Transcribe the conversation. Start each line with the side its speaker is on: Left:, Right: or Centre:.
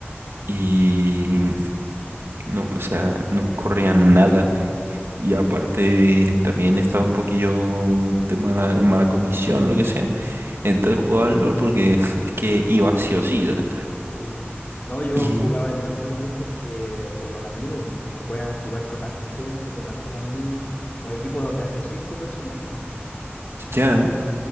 Right: y no, o sea, no corría nada, y aparte también estaba un poquillo de mala, en mala condición, lo que sea, entonces jugaba al LOL porque <laughs> es que iba sí o sí, ¿sabes?
Left: Sí, sí. No, yo
Right: Y
Left: jugaba el LOL también porque por los amigos, porque puedes jugar con harta gente, con hartos amigos, o equipos de hasta cinco personas, po.
Right: ya,